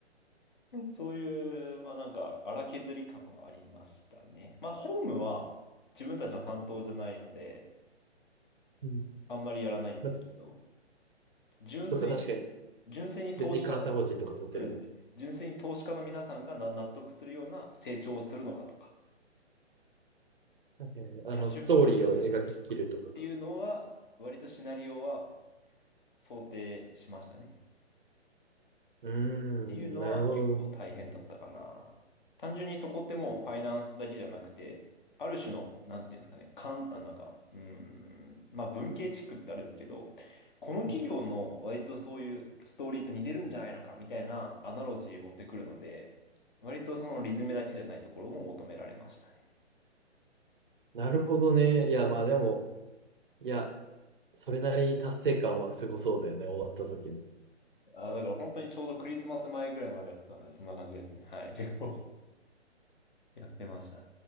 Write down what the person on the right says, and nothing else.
うん。
ま、
とか確かに。
別に監査法人とか取ってれば。
はいはいはいあの、
ストーリーを描ききるとかか。
うー
ん、なるほど。
うん
なるほどね。いや、まあでも、いや、それなりに達成感はすごそうだよね、終わった時の。